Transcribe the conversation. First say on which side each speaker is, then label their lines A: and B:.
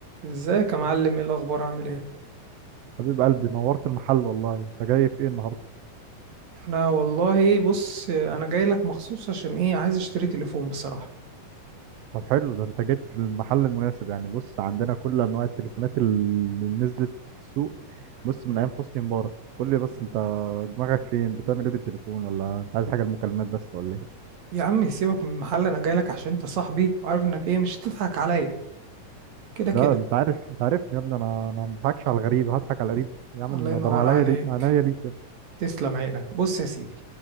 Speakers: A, on the right (about 65°); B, on the right (about 80°).
A: ازيك يا معلم ايه الاخبار عامل ايه
B: حبيب قلبي نورت المحل والله انت جاي في ايه النهارده
A: انا والله بص انا جاي لك مخصوص عشان ايه عايز اشتري تليفون بصراحه
B: طب حلو ده انت جيت في المحل المناسب يعني بص عندنا كل انواع التليفونات اللي نزلت في السوق بص من ايام حسني مبارك قول لي بس انت دماغك فين بتعمل ايه بالتليفون ولا انت عايز حاجه المكالمات بس ولا ايه
A: يا عم سيبك من المحل انا جاي لك عشان انت صاحبي وعارف انك ايه مش هتضحك عليا كده كده
B: لا انت عارف انت عارف يا ابني انا انا ما بضحكش على الغريب هضحك على القريب يا عم
A: الله ينور
B: ده انا عينيا
A: عليك
B: لي- عينيا ليك يا ابني
A: تسلم عينك بص يا سيدي